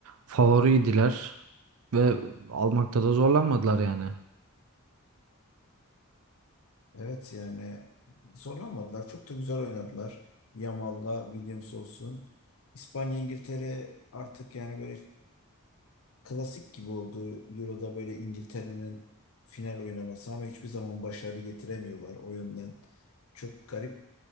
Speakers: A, on the right; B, on the left.
A: favoriydiler ve almakta da zorlanmadılar yani.
B: Evet yani zorlanmadılar. Çok da güzel oynadılar. Yamal'la Williams olsun. İspanya, İngiltere artık yani böyle klasik gibi oldu. Euro'da böyle İngiltere'nin final oynaması ama hiçbir zaman başarı getiremiyorlar o yönden. Çok garip